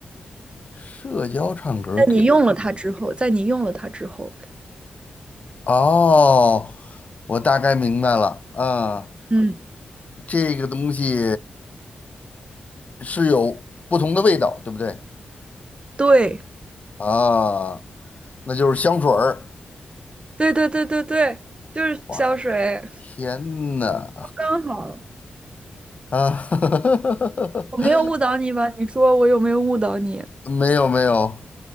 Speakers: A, on the left; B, on the right.
A: 社交唱歌儿给
B: 在你用了它之后，在你用了它之后，
A: 哦，我大概明白了啊，
B: 嗯，
A: 这个东西是有不同的味道，对不对
B: 对，
A: 啊？那就是香水儿。
B: 对对对对对，就是香水，
A: 哇，天呐，
B: 刚好
A: 啊，<laughs>
B: 我没有误导你吧？你说我有没有误导你？
A: 没有没有，